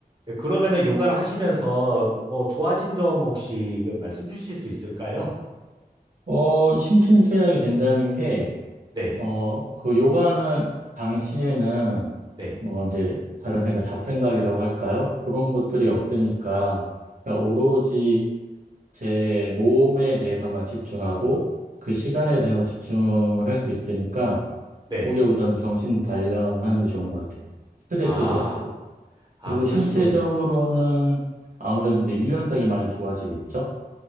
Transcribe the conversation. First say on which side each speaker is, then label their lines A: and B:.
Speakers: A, on the right; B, on the right.
A: 예, 그러면은 요가를 하시면서 그뭐 좋아진 점 혹시 그 말씀 주실 수 있을까요?
B: 어, 심신수양이 된다는 게,
A: 네,
B: 어, 그 요가는 당시에는
A: 네,
B: 뭐 이제 다른 생각, 잡생각이라고 할까요? 그런 것들이 없으니까 그러니까 오로지 제 몸에 대해서만 집중하고 그 시간에 대해서만 집중을 할 수 있으니까
A: 네.
B: 그게 우선 정신 단련하는 데 좋은 것 같아요. 스트레스도
A: 아,
B: 없고.
A: 아,
B: 그리고
A: 그러시군요.
B: 신체적으로는 아무래도 이제 유연성이 많이 좋아지겠죠?